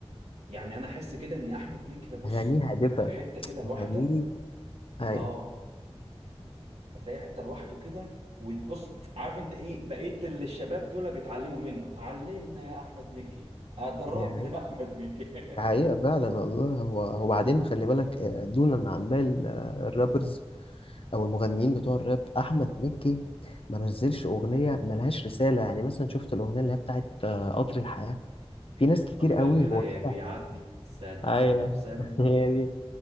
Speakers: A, on the right; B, on the left.
A: يعني انا احس كده ان احمد مكي ده بص
B: اغانيه هادفه
A: في حته كده لوحده
B: اغانيه ايوه
A: اه هتلاقيه حته لوحده كده وتبص عارف انت ايه بقيت اللي الشباب دول بيتعلموا منه علمنا يا احمد مكي آه، دربنا
B: دي حقيقة
A: يا احمد مكي <laughs>
B: دي حقيقة فعلا والله هو وبعدين خلي بالك آه، دونا عن باقي ال- آه، الرابرز او المغنيين بتوع الراب احمد مكي ما نزلش اغنيه ملهاش رساله يعني مثلا شفت الاغنيه اللي هي بتاعت آه، قطر الحياه في ناس كتير
A: قطر
B: قوي
A: الحياه
B: هو طلع
A: بيعدي سنه في
B: ايوه
A: سنه في سنه
B: <laughs> هي دي